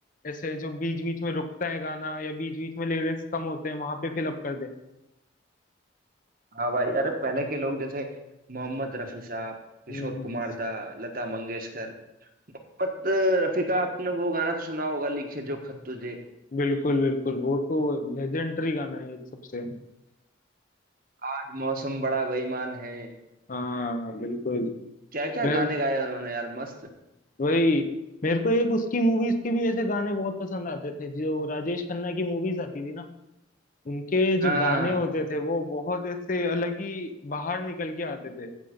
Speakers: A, on the left; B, on the right.
A: ऐसे जो बीच बीच में रुकता है गाना या बीच बीच में लिरिक्स कम होते हैं वहां पे फिलअप कर दे
B: हाँ भाई अरे पहले के लोग जैसे मोहम्मद रफी साहब किशोर
A: हम्म
B: कुमार दा लता मंगेशकर मत रफीका आपने वो गाना तो सुना होगा लिखे जो खत तुझे
A: बिल्कुल बिल्कुल वो तो लेजेंडरी गाना है एक सबसे
B: आज मौसम बड़ा बेईमान है
A: हाँ बिल्कुल
B: क्या क्या
A: मैं
B: गाने गाए उन्होंने यार मस्त
A: वही मेरे को एक उसकी मूवीज के भी ऐसे गाने बहुत पसंद आते थे जो राजेश खन्ना की मूवीज आती थी ना उनके
B: हाँ
A: जो गाने होते थे वो बहुत ऐसे अलग ही बाहर निकल के आते थे